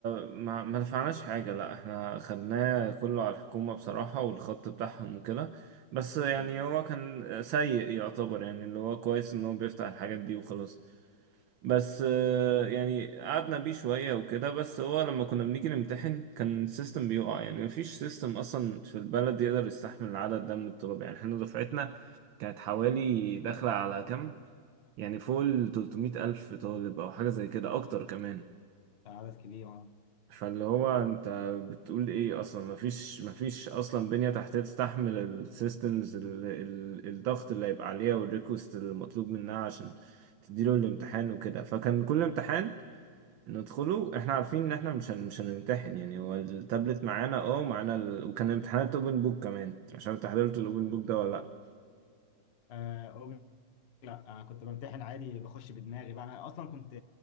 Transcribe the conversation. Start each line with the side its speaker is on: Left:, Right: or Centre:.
Right: ما, ما دفعناش حاجة لا احنا خدناه كله على الحكومة بصراحة والخط بتاعهم وكده بس يعني
Left: مم.
Right: هو كان سيء يعتبر يعني اللي هو كويس ان هو بيفتح الحاجات دي وخلاص بس آه، يعني قعدنا بيه شوية وكده بس هو لما كنا بنيجي نمتحن كان السيستم بيقع يعني مفيش سيستم اصلا في البلد يقدر يستحمل العدد ده من الطلاب يعني احنا دفعتنا كانت حوالي داخلة على كام يعني فوق ال 300 ألف طالب أو حاجة زي كده أكتر كمان
Left: ده عدد كبير اه
Right: فاللي هو انت بتقول ايه اصلا مفيش مفيش اصلا بنية تحتية تستحمل السيستمز الضغط اللي هيبقى عليها والريكوست المطلوب منها عشان تديله الامتحان وكده فكان كل امتحان ندخله
Left: مم.
Right: احنا عارفين ان احنا مش هن- مش هنمتحن يعني هو التابلت معانا اه معانا ال... وكان امتحانات اوبن بوك كمان مش عارف انت حضرت الاوبن بوك ده ولا
Left: آه، أوبن- لا آه، كنت بمتحن عادي بخش بدماغي بقى انا اصلا كنت